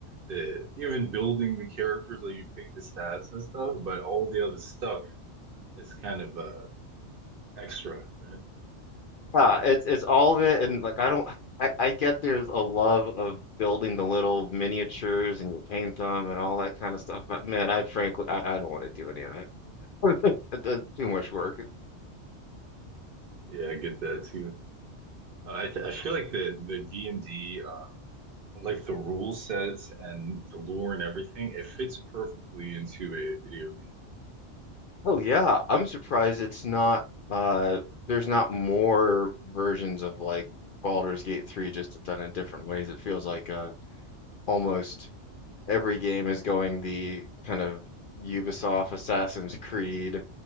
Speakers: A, on the right (about 55°); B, on the left (about 60°).
A: the even building the characters, like you pick the stats and stuff, but all the other stuff is kind of uh extra, right?
B: Yeah, it's it's all of it, and like I don't, I I get there's a love of building the little miniatures and you paint them and all that kind of stuff, but man,
A: Right.
B: I frankly I, I don't want to do any of that. <laughs> That's too much work.
A: Yeah, I get that too. Uh, I th I feel like the the D&D um like the rule sets and the lore and everything, it fits perfectly into a video game.
B: Oh yeah, I'm surprised it's not uh there's not more versions of like Baldur's Gate 3 just done in different ways. It feels like uh almost every game is going the kind of Ubisoft Assassin's Creed